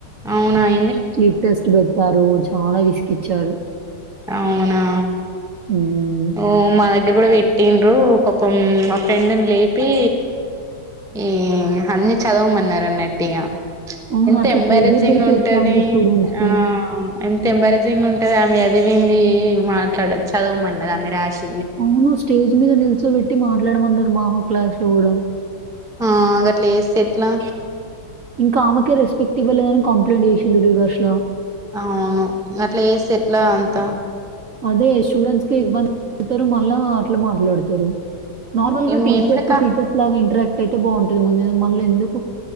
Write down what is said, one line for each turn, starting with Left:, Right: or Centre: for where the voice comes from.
Centre: అవునా ఏ
Right: స్లిప్ టెస్ట్ పెట్టారు చాలా రిస్క్ ఇచ్చారు.
Centre: అవునా
Right: హ్మ్.
Centre: ఓ మా దగ్గర కూడా పెట్టిన్రు పాపం మా ఫ్రెండ్ని లేపి ఏ అన్ని చదవమన్నార అన్నటిగ
Right: అవును.
Centre: ఎంత
Right: అట్లా
Centre: ఎంబారేజింగ్
Right: ప్రెషర్ పెడితే
Centre: ఉంటది
Right: ఎట్లా అండి స్టూడెంట్స్‌కి?
Centre: ఆ ఎంత ఎంబరేజింగ్ ఉంటది ఆమె చదివింది మాట్లాడచ్ చదవమన్నది ఆమె రాష్
Right: అవును స్టేజ్ మీద నిల్చోబెట్టి మాట్లాడమన్నారు. మాహు క్లాస్ లో గూడా
Centre: ఆ గట్లా ఏస్తే ఎట్లా?
Right: కామకే రెస్పెక్ట్ ఇవ్వాళే అని కంప్లైంట్ చేసిళ్ళు రివర్స్ లో
Centre: అవును అట్లా ఏస్తే ఎట్లా అంతా
Right: అదే స్టూడెంట్స్ కే ఇబ్బంది పేడతారు. మళ్ళా అట్లా మాట్లాడుతారు. నార్మల్ గా టీచర్స్
Centre: మేము కూడా కా
Right: టీచర్స్ లాగా ఇంటరాక్ట్ అయితే బాగుంటుంది ముందే మళ్ళీ ఎందుకు?